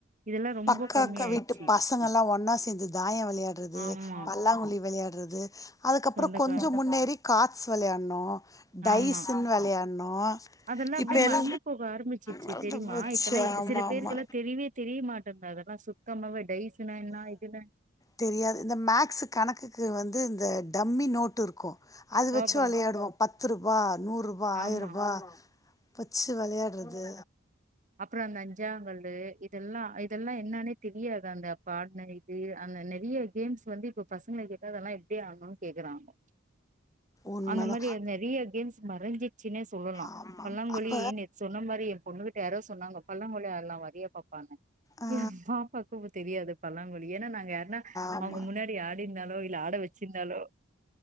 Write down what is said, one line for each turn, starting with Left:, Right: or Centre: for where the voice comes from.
Right: இதெல்லா ரொம்ப
Left: பக்க
Right: கம்மி
Left: அக்கா
Right: ஆயிடுச்சு
Left: வீட்டு பசங்கல்லா ஒன்னா சேந்து தாயம் விளையாட்றது
Right: ஆமா
Left: பல்லாங்குழி விளையாட்றது அதுக்கப்றோ
Right: சொந்தக்கார்
Left: கொஞ்சோ முன்னேறி காட்ஸ் விளையாட்ணோ டைஸ்ன்னு
Right: ஆமா
Left: விளையாட்னோ
Right: அதெல்லா அப்டியே
Left: இப்ப எல்லா,
Right: மறந்து போக ஆரம்பிச்சிச்சு
Left: மறந்துபோச்சு
Right: தெரியுமா இப்பெல்லா
Left: ஆமா
Right: சில பேருக்கெல்லா
Left: ஆமா
Right: தெரியவே தெரிய மாட்டேங்குது அதெல்லா சுத்தமாவே டைஸ்னா என்ன இதுனா
Left: தெரியாது இந்த மேக்ஸ் கணக்குக்கு வந் து இந்த டம்மி நோட்டு இருக்கு அது வச்சு
Right: ஆபா.
Left: வெளையாடுவோ பத்து ரூபா நூறுரூ வா ஆயிரரூபா
Right: ஆமா
Left: வச்சு விளையாட்றது
Right: அப்பறோ அந்த அஞ்சாங்கல்லு இதெல்லா அ இதெல்லா என்னானே தெரியாது அந்த அப்ப ஆடுன இது அந்த நிறைய கேம்ஸ் வந்து இப்ப பசங்கள கேட்டா அதெல்லா எப்டி ஆடணுனு கேக்குறாங்கோ
Left: உண்மதா
Right: அந்த மாரி நெறைய கேம்ஸ் மறஞ்சிச்சுன்னே சொல்லலா
Left: ஆமா
Right: பல்லாங்குழி
Left: அப்ப
Right: நீங்க சொன்ன மாரி எ பொண்ணு கிட் யாரோ சொன்னாங்க பல்லாங்குழி ஆடலா வரியா பாப்பானு
Left: ஆ
Right: எ பாப்பாக்கு இப்ப தெரியாது பல்லாங்குழி ஏனா நாங்க யாருனா
Left: ஆமா
Right: அவங்க முன்னாடி ஆடிருந்தாலோ இல்ல ஆட வெச்சிருந்தாலோ